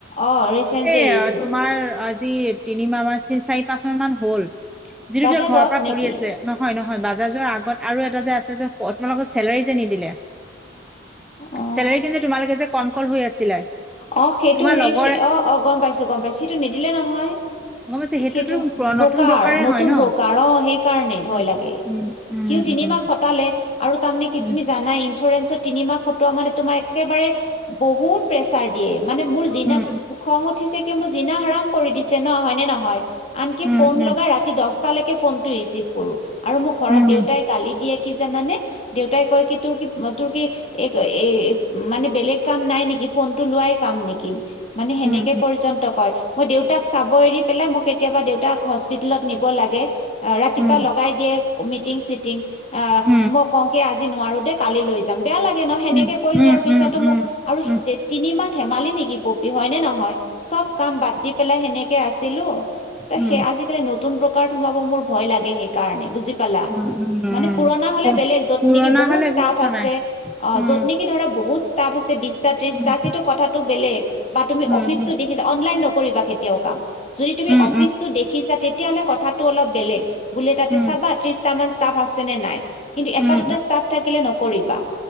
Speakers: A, on the left (about 35°); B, in the centre.
A: অ ৰিচেণ্ট
B: এই
A: যে এৰিছো
B: আ, তোমাৰ আজি তিনি মাহ মান চাৰি পাঁচ মাহ মান হ'ল যিটো
A: বাজাজত
B: যে ঘৰৰ পৰা
A: নেকি
B: কৰি আছিলে নহ নহয় নহয় বাজাজৰ আগত আৰু এটা যে আছে যে তোমালোকক চেলাৰী যে নিদিলে <inaudible>
A: অ
B: চেলাৰী কিন্তু তোমালোকে যে কনকল হৈ আছিলা
A: অ সেইটো
B: তোমাৰ
A: হেৰি
B: লগৰ
A: অ অ গম পাইছোঁ গম পাইছোঁ সেইটো নিদিলে নহয়
B: গম পাইছে সেইটোতো
A: সেইটো ব্ৰকাৰ
B: নতুন ব্ৰকাৰে
A: নতুন
B: হয় ন
A: ব্ৰকাৰ অ সেইকাৰণে ভয়
B: অ
A: লাগে
B: উম উম
A: সিও তিনিমাহ
B: উম
A: খটালে আৰু তামানে কি
B: উম
A: তুমি জানাই ইঞ্চুৰেঞ্চত তিনিমাহ খটোৱা মানে তোমাৰ একেবাৰে বহুত প্ৰেচাৰ দিয়ে মানে মোৰ যিনা
B: উম
A: খং উঠিছে কি মোৰ যিনা আৰাম কৰি দিছে ন হয় নে নহয় আনকি
B: উম
A: ফোন
B: উম
A: লগাই ৰাতি দচটালেকে ফোন ৰিচিভ কৰোঁ আৰু মোক ঘৰত
B: উম
A: দেউতাই
B: উম
A: গালি দিয়ে কি জানা নে দেউতাই কয় কি তোৰ কি তোৰ কি এই এই মানে বেলেগ কাম নাই নেকি ফোনটো লোৱাই কাম নেকি মানে সেনেকে
B: উম
A: পৰ্যন্ত কয় মই দেউতাক চাব এৰি পেলাই মোক কেতিয়াবা দেউতাক হস্পিতেলত নিব লাগে
B: উম
A: ৰাতিপুৱা লগাই দিয়ে মিটিং চিটিং আ
B: উম
A: মই কওঁ কি আজি নোৱাৰো দেই কালি লৈ যাম বেয়া লা ত
B: উম
A: সেনেকে কৈ
B: উম
A: যোৱাৰ
B: উম
A: পিছতো
B: উম উম উম
A: মোক আৰু
B: উম
A: তে তিনি মাহ ধেমালি নেকি পপি হয় নে নহয় চব কাম বাদ দি পেলাই সেনেকে আছে দিলো ত
B: উম
A: সেই আজিকালি নতুন ব্ৰ ব্ৰকাৰত সোমাব মোৰ ভয় লাগে সেইকাৰণে বুজি পালা,
B: উম উম
A: মানে পুৰণা হলে
B: প
A: বেলেগ য'ত
B: পুৰণা
A: নেকি বহুত
B: হলে একো
A: ষ্টাফ
B: কথা
A: আছে
B: নাই
A: অ
B: উম
A: য'ত নেকি ধৰা বহুত ষ্টাপ আছে বি বিছটা তিশটা
B: উম
A: আছে তেতিয়া কথাটো বেলেগ বা তুমি
B: উম
A: অফিচটো
B: উম
A: দেখিছা অনলাইন নকৰিবা কেতিয়াও কাম, যদি তুমি
B: উম
A: অফিচতো দেখিছা তেতিয়া হ'লে কথাটো অলপ বেলেগ বোলে তাতে
B: উম
A: চাবা ত্ৰিশটা মান টাফ আছে নে নাই কিন্তু এটা
B: উম
A: দুটা ষ্টাফ থাকিলে নকৰিবা।